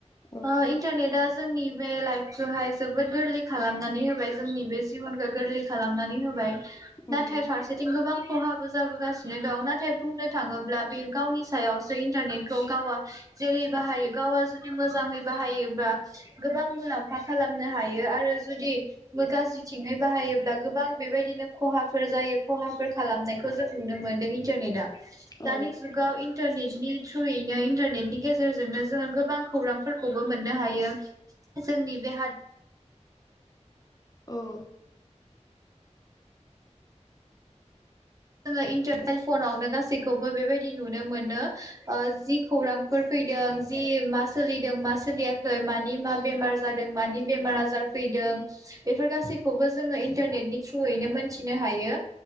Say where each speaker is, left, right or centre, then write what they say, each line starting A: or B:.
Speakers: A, on the left (about 30°); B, on the right (about 30°).
A: औ
B: ओ इन्टारनेटआ जोंनि बे लाइफखौहाय जोबोद गोरलै खालामनानै होबाय जोंनि बे जिबनखौ गोरलै खालामनानै होबाय
A: औ
B: नाथाय फारसेथिं गोबां खहाबो जाबोगासिनो दं नाथाय बुंनो थाङोब्ला बे गावनि सायावसो इन्टारनेटखौ गावा जेरै बाहायो गावा जुदि मोजाङै बाहायोब्ला गोबां मुलाम्फा खालामनो ह हायो आरो जुदि गाज्रिथिङै बाहायोब्ला गोबां बेबायदिनो खहाफोर जायो खहाफोर खालामनायखौ जों नुनो मोनदों इन्टारनेट आ दानि
A: औ
B: जुगाव इन इन्टारनेटनि थ्रुयैनो इन्टारनेटनि गेजेरजोंनो जोङो गोबां खौरांफोरखौबो मोननो हायो जोंनि बे हादर
A: औ
B: जोङो इन्टारेल फनावनो गासैखौबो बेबायदि नुनो मोनो जि खौरांफोर फैदों जि मा सोलिदों मा सोलियाखै मानि मा बेमार जादों मानि बेमार आजार फैदों बेफोर गासैखौबो जोङो इन्टारनेटनि थ्रुयैनो मोनथिनो हायो